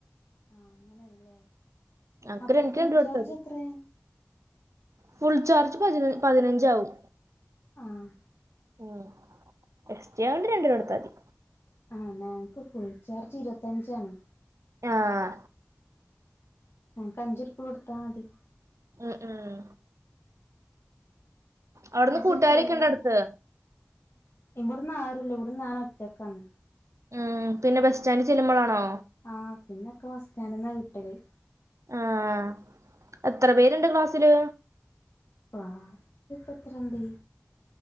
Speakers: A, on the left; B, on the right.
A: ആഹ് അങ്ങനെയാണല്ലേ
B: അത്ര
A: അപ്പൊ
B: എനിക്ക്
A: ഫുൾ
B: രണ്ട് കൊടുത്താ
A: ചാർജ്
B: മതി
A: എത്രയാ
B: ഫുൾ ചാർജ് പതിന പതിനഞ്ചാവും
A: ആഹ്
B: ഉം എസ് ടി ആയതുകൊണ്ട് രണ്ടു രൂപ കൊടുത്താ മതി
A: ആഹ് ഞങ്ങക്ക് ഫുൾ ചാർജ് ഇരുപത്തഞ്ചാണ്
B: ആഹ്
A: ആഹ് എനിക്ക് അഞ്ചു രൂപ കൊടുത്താ മതി
B: ഉം ഉം അവിടുന്ന്
A: പക്ഷെ
B: കൂട്ടുകാരൊക്കെ
A: ചെലര്
B: ഉണ്ട് അടുത്ത്
A: ഇവിടന്ന് ആരുല്ല ഇവിടന്ന് ഞാൻ ഒറ്റക്കാണ്
B: ഉം പിന്നെ ബസ് സ്റ്റാൻഡ് ചെല്ലുമ്പോളാണോ
A: ആഹ് പിന്നൊക്കെ ബസ് സ്റ്റാൻഡ്ന്നാ കിട്ടെല്.
B: ആഹ് എത്ര പേര്ണ്ട് ക്ലാസ്സില്?
A: ക്ലാസില്പ്പത്രണ്ട്?